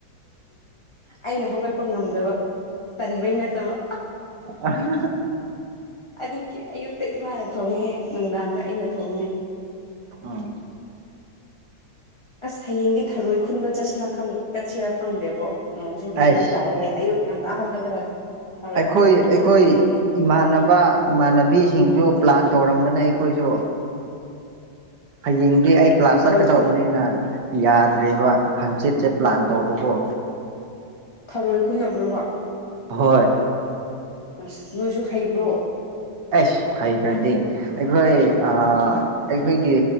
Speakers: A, on the left (about 25°); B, on the right (about 60°).
A: ꯑꯩꯅ ꯍꯧꯒꯠꯄ ꯉꯝꯗꯕ ꯇꯟꯕꯩ ꯅꯠꯇꯕ
B: ꯑꯥ
A: ꯑꯗꯨꯒꯤ ꯑꯌꯨꯛꯇ ꯏꯃꯥꯅ ꯊꯣꯡꯉꯦ ꯅꯨꯡꯗꯥꯡꯗ ꯑꯩꯅ ꯊꯣꯡꯉꯦ
B: ꯎꯝ
A: ꯑꯁ ꯍꯌꯦꯡꯗꯤ ꯊꯔꯣꯏ ꯈꯨꯟꯕ ꯆꯠꯁꯤꯔ ꯈꯪ ꯆꯠꯁꯤꯔꯥ ꯈꯪꯗꯦꯕꯣ ꯅꯣꯡꯁꯦ ꯐꯖꯅ
B: ꯑꯩꯁ
A: ꯇꯥꯏꯌꯦ ꯑꯌꯨꯛ ꯉꯟꯇ ꯍꯧꯒꯠꯂꯒ ꯊꯔꯣꯏ
B: ꯑꯩꯈꯣꯏ
A: ꯈꯨꯟꯕ
B: ꯑꯩꯈꯣꯏ
A: ꯆꯠꯀꯦ
B: ꯏꯃꯥꯟꯅꯕ ꯏꯃꯥꯟꯅꯕꯤꯁꯤꯡꯁꯨ ꯄ꯭ꯂꯥꯟ ꯇꯧꯔꯝꯕꯅꯦ ꯑꯩꯈꯣꯏꯁꯨ ꯍꯌꯦꯡꯗꯤ ꯑꯩ ꯀ꯭ꯂꯥꯁ
A: ꯊꯔꯣꯏ
B: ꯆꯠꯀꯗꯧꯕꯅꯤꯅ
A: ꯈꯨꯟ
B: ꯌꯥꯗ꯭ꯔꯦꯕ ꯍꯪꯆꯤꯠꯁꯦ ꯄ꯭ꯂꯥꯟ ꯇꯧꯕꯀꯣ
A: ꯊꯔꯣꯏ ꯈꯨꯟꯅꯕꯔꯣꯕ
B: ꯍꯣꯏ
A: ꯑꯁ ꯅꯣꯏꯁꯨ ꯍꯩꯕ꯭ꯔꯣ
B: ꯑꯩꯁ ꯍꯩꯇꯔꯗꯤ ꯑꯩꯈꯣꯏ ꯑ ꯑꯩꯈꯣꯏꯒꯤ